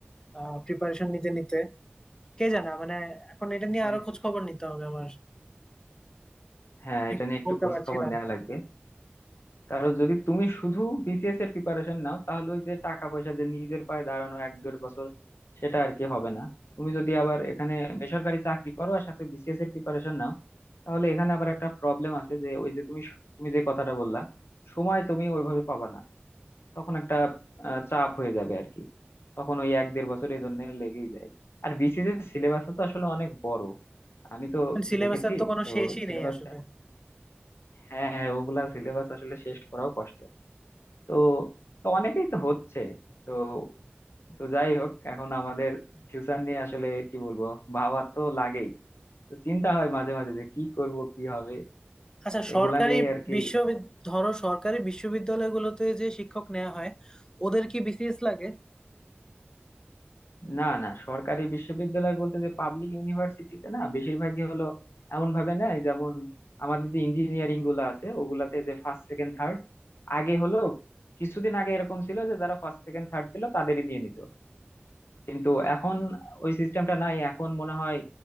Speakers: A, on the left (about 20°); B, on the left (about 85°).
A: আহ প্রিপারেশন নিতে নিতে কে জানে মানে এখন এটা নিয়ে
B: হ্যাঁ
A: আরো খোঁজ খবর নিতে হবে আমার
B: হ্যাঁ
A: ঠিক
B: এটা নিয়ে একটু
A: বলতে
B: খোঁজ
A: পারছি
B: খবর
A: না
B: নেওয়া লাগবে কারণ যদি তুমি শুধু বিসিএস এর প্রিপারেশন নাও তাহলে ওই যে টাকা পয়সা দিয়ে নিজের পায়ে দাঁড়ানো এক দেড় বছর সেটা আর কি হবে না তুমি যদি আবার এখানে বেসরকারি চাকরি করো আর সাথে বিসিএস এর প্রিপারেশন নাও তাহলে এখানে আবার একটা প্রবলেম আছে যে ওই যে তুমি সু- তুমি যে কথাটা বললা সময় তুমি ওইভাবে পাবা না তখন একটা আহ, চাপ হয়ে যাবে আর কি তখন ওই এক দেড় বছর এই জন্য লেগেই যায় আর বিসিএস এর সিলেবাস তো আসলে অনেক বড় আমি তো
A: সিলেবাসের
B: দেখেছি
A: তো কোনো
B: তো
A: শেষই
B: সিলেবাসটা
A: নেই আসলে
B: হ্যাঁ হ্যাঁ, ওগুলা সিলেবাস আসলে শেষ করাও কষ্ট তো তো অনেকেই তো হচ্ছে তো তো যাই হোক এখন আমাদের ফিউচার নিয়ে আসলে কি বলবো ভাবা তো লাগেই তো চিন্তা হয় মাঝে মাঝে যে কি করব কি হবে
A: আচ্ছা
B: এগুলা
A: সরকারি
B: নিয়েই আর কি
A: বিশ্ববিদ্যালয় ধরো সরকারি বিশ্ববিদ্যালয়গুলোতে যে শিক্ষক নেওয়া হয় ওদের কি বিসিএস লাগে
B: না না সরকারি বিশ্ববিদ্যালয় বলতে যে পাবলিক ইউনিভার্সিটিতে না বেশিরভাগই হলো এমন ভাবে নেয় যেমন আমাদের যে ইঞ্জিনিয়ারিং গুলো আছে ওগুলাতে যে ফার্স্ট সেকেন্ড থার্ড আগে হলো কিছুদিন আগে এরকম ছিল যে যারা ফার্স্ট সেকেন্ড থার্ড ছিল তাদেরই নিয়ে নিত কিন্তু এখন ওই সিস্টেমটা নাই এখন মনে হয়